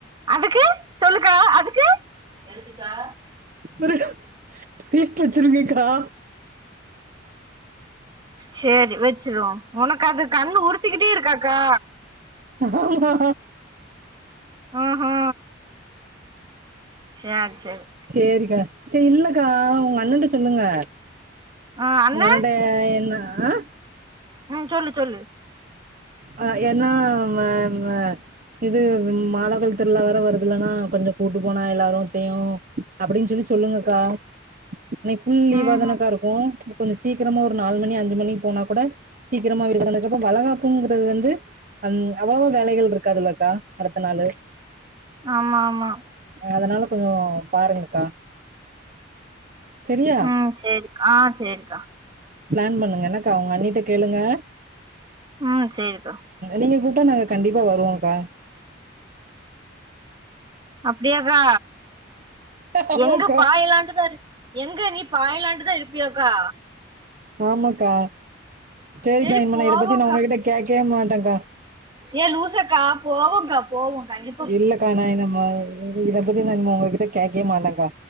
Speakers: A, on the right; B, on the right.
A: அதுக்கு சொல்லுக்கா அதுக்கு க்கா
B: ஒரு ட்ரீட்டு வச்சுருங்கக்கா
A: சேரி வச்சிருவோ உனக்கு அது கண்ணு ஊறுத்திக்கிட்டே இருக்காக்கா
B: ஆமா
A: ஆ ஹா சேர் செர்
B: சேரிக்கா சே இல்லக்கா உங்க அண்ணன்ட்ட சொல்லுங்க
A: ஆ அண்ண
B: ஒங்கண்ணட்ட என்னா ஆ
A: ம் சொல்லு சொல்லு
B: ஆ ஏன்னா மே மே இது மாதாக்கோயில் திருவிழா வேற வருதுலென்னா கொஞ்சோ கூட்டு போனா எல்லாரத்தையு அப்புடின்னு சொல்லி சொல்லுங்க அக்கா
A: <inaudible>
B: இன்னைக்கு ஃபுல் லீவ்வா
A: ம்
B: தானக்கா இருக்கு கொஞ்சோ சீக்கிரமா ஒரு நாலு மணி அஞ்சு மணி போனா கூட சீக்கிரமா வீட்டுக் வந்தது அப்போ வளகாப் புங்குறது வந்து வந் அவ்ளோ வேலைகள் இருக்காது இல்ல அக்கா அடுத்த நாளு
A: ஆமா ஆமா
B: அதனால கொஞ்சோ பாருங்க அக்கா செரியா
A: ம் சேரிக்கா ஆ சேரிக்கா
B: ப்ளான் பண்ணுங்க என்ன அக்கா ஒங்க அண்ணிட்ட கேளுங்க
A: உம் சேரிக்கா
B: நீங்க கூப்ட்டா நாங்க கண்டிப்பா வருவோக்கா
A: அப்டியா க்கா
B: ஆமாக்கா
A: எங்க பாய்லான்ட்டு தா எங்க நீ பாய்லான்ட்டு தா இருப்பியோ க்கா
B: ஆமா அக்கா சேரிக்கா
A: சேரி
B: இனிமே
A: போவோக்கா
B: நா இத பத்தி நா உங்ககிட்ட கேக்கவே மாட்டேக்கா
A: ஏ லூசக்கா போவோக்கா போவோ கண்டி
B: இல்ல க்கா நா என்னம்மா இத பத்தி நா இனிமே உங்ககிட்ட கேக்கவே மாட்டே க்கா